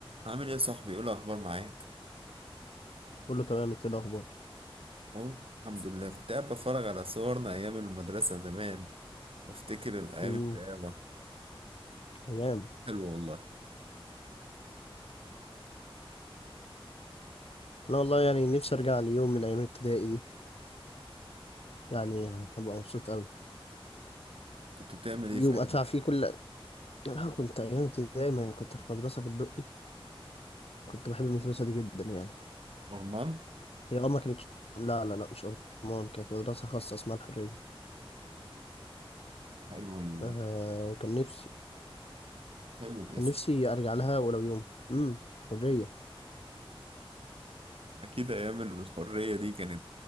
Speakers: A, on the right (about 70°); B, on the left (about 85°).
A: عامل ايه يا صاحبي ايه الاخبار معاك
B: كله تمام انت ايه الاخبار
A: اهو الحمد لله كنت قاعد بتفرج على صورنا ايام المدرسه زمان وافتكر الايام
B: امم
A: الشقاوه
B: ايام
A: حلو والله
B: انا والله يعني نفسي ارجع ليوم من ايام ابتدائي دي يعني هبقى مبسوط قوي
A: كنت بتعمل ايه
B: يوم
A: في ايام
B: ادفع فيه كل انا كنت ايام ابتدائي ما كنت في مدرسه في الدقي كنت بحب المدرسه دي جدا يعني
A: أرمان
B: هي اه ما كانتش لا لا لا مش ارمان كانت مدرسه خاصه اسمها الحريه
A: حلو ال...
B: آه وكان نفسي
A: حلو الاسم
B: كان نفسي ارجع لها ولو يوم امم حريه
A: اكيد ايام الحريه دي كانت